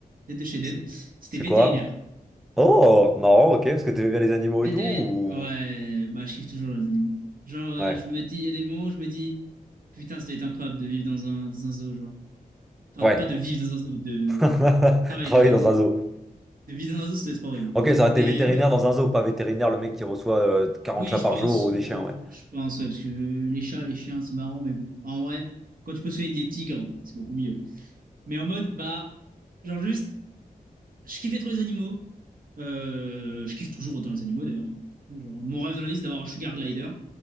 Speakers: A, on the right (about 65°); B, in the centre.
A: Dead de chez Dead.
B: C'est
A: C'était
B: c'est
A: vétérinaire.
B: quoi? Oh, marrant, ok, parce que t'aimais bien les animaux
A: Vétérinaire.
B: et tout, ou...
A: Ouais, bah, je kiffe toujours les animaux. Genre, euh,
B: Ouais.
A: je me dis, il y a des moments où je me dis, putain, ça doit être incroyable de vivre dans un, dans un zoo, genre. Enfin,
B: Ouais.
A: pas de vivre dans un zoo, de
B: <laughs>
A: travailler
B: Travailler
A: dans un
B: dans
A: zoo.
B: un zoo.
A: De vivre dans un zoo, ça doit être horrible.
B: Ok, ça aurait
A: Mais
B: été vétérinaire
A: ouais,
B: dans un zoo, pas vétérinaire, le mec qui reçoit euh, 40
A: oui,
B: chats
A: je
B: par
A: pense
B: jour ou
A: plutôt.
B: des chiens, ouais.
A: Je pense, ouais, parce que les chats, les chiens, c'est marrant, mais bon. En vrai, quand tu peux soigner des tigres, c'est beaucoup mieux. Mais en mode, bah, genre juste. Je kiffais trop les animaux. Euh, je kiffe toujours autant les animaux d'ailleurs. Genre, mon rêve dans la vie, c'est d'avoir un sugar glider.